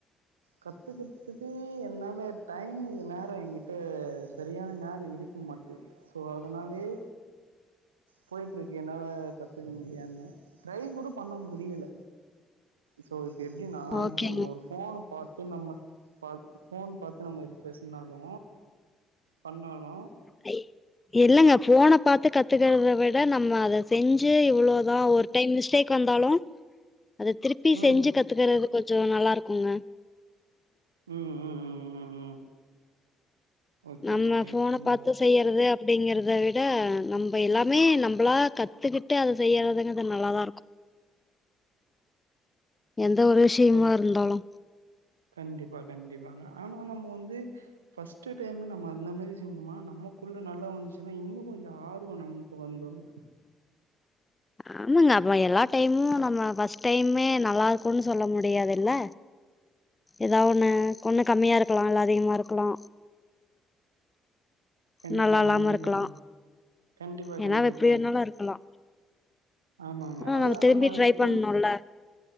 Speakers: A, on the right; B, on the left.
A: கத்துக்கிறதுக்கு என்னால டைமுக்கு நேரம் என்கிட்ட சரியான நேர இருக் மாட்டு ஸோ அதனாலயே போயிட்ருக்கு என்னால கத்துக்க முடியாம ட்ரை கூட பண்ண முடியில சோ இப்ப எப்டின்னா
B: ஓகேங்க
A: இப்ப நம்ம ஒரு ஃபோனு பாத்து நம்ம பா ஃபோன் பாத்து நம்ம இப் பேசுனாலு பண்ணாலு
B: அ இல்லங்க ஃபோன பாத்து கத்துக்கிறத விட நம்ம அத செஞ்சு இவ்வளோதா ஒரு டைம் மிஸ்டேக் வந்தாலு அத திருப்பி
A: ம்
B: செஞ்சு கத்துக்கிறது கொஞ்சோ நல்லாருக்குங்க
A: ம் ம் ம் ம் ம் ம் ஓகே
B: நம்ம
A: ஓகே
B: ஃபோன
A: ஓகே
B: பாத்து
A: நல்
B: செய்யறது அப்படிங்கிறத விட நம்ப எல்லாமே நம்ப்ளா கத்துகிட்டு அத செய்யறதுங்கிறது நல்லாதா இருக்கு எந்த ஒரு விஷியமா
A: கண்
B: இருந்தாலு
A: கண்டிப்பா கண்டிப்பாங்க ஆனா நம்ம வந்து ஃபஸ்ட்டு டைமு நம்ம அந்த மாரி செஞ்சோமனா நமக்குள்ள நல்லா வந்துச்சுன்னா இன்னு கொஞ்சோ ஆர்வோ நமக்கு வந்துரு
B: ஆமாங்க அப்ப எல்லா டைமு நம்ம ஃபஸ்ஸ்ட் டைமே நல்லா இருக்குன் சொல்ல முடியாது இல்ல எத ஒண்ணு ஒண்ணு கம்மியா இருக்கலா இல்ல அதிகமா இருக்கலா
A: கண்டிப்பா
B: நல்லா இல்லாம
A: கண்டிப்பாங்க
B: இருக்கலா
A: கண்டிப்பா
B: ஏனா
A: கண்டிப்பாங்க
B: அவ எப்டி வேணாலு இருக்கலா
A: ஆமாங்க
B: ஆனா
A: அதுதா
B: நம்ம திரும்பி
A: அது
B: ட்ரை
A: திரும்ப
B: பண்ணூல்ல